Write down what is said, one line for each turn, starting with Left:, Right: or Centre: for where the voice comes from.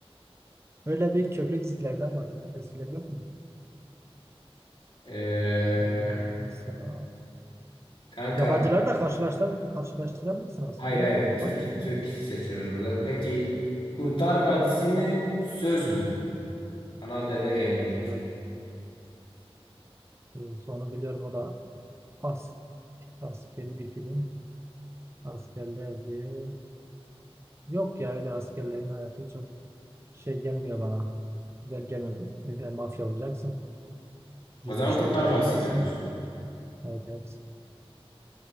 Right: Öyle bir köklü dizilerden bahsedin. Eskiler yok mu?
Left: Ee,
Right: E, mesela
Left: kanka
Right: Yabancıları da karşılaştırabilir, karşılaştırabilirsin aslında
Left: hayır
Right: ya
Left: hayır
Right: da
Left: Türk
Right: fark etmez.
Left: Türk seçiyoruz burada. Peki Kurtlar Vadisi mi Söz mü? Kanal D'de yayınlanıyor.
Right: Söz, e, sonu biliyorum o da as, askeri bir film. Askerlerdi. Yok ya öyle askerlerin hayatı çok şey gelmiyor bana. Güzel gelmiyor. Yani mafya olacaksın. Gizli
Left: O zaman
Right: işler
Left: Kurtlar
Right: yapacaksın.
Left: Vadisi diyoruz.
Right: Evet evet.